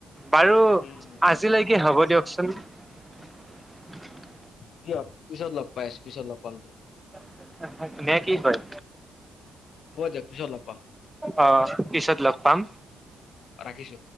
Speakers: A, in the centre; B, on the left.
A: বাৰু
B: উম
A: আজিলৈকে হ'ব দিয়ক। <unintelligible>
B: দিয়ক পিছত লগ পাইচো, পিছত লগ পাম দিয়ক
A: <unintelligible> কি কয়
B: উহ, মই দেখিছোঁ অলপ মান।
A: অ। পিছত লগ পাম।
B: ৰাখিছো।